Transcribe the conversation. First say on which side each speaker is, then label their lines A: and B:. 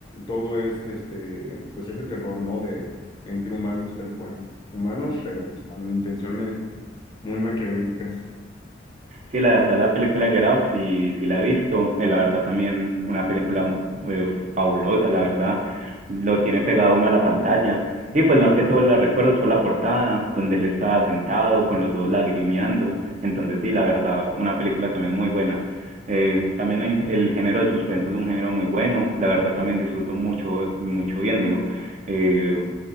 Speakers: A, on the left (about 25°); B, on the right (about 40°).
A: todo es este, pues ese terror, ¿no? De entre humanos, tal cual. Humanos, pero pues con intenciones muy maquiavélicas.
B: Sí, la verdad, la película de Get Out, sí, sí la he visto. Eh, La verdad, también una película eh, fabulosa, la verdad. Lo tiene pegado uno a la pantalla. Y pues más que todo la recuerdo es por la portada, donde él estaba sentado con los ojos lagrimeando. Entonces sí, la verdad, una película también muy buena. Eh, también hay- el género de suspenso es un género muy bueno. La verdad, también disfruto mucho, mucho viéndolo. Eh,